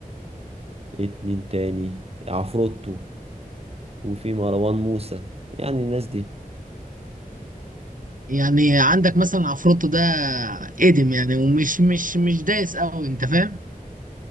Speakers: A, on the right (about 45°); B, on the right (about 65°).
A: إيه مين تاني عفروتو وفي مروان موسى يعني الناس دي
B: يعني عندك مثلا عفروتو ده قديم يعني ومش مش مش دايس قوي انت فاهم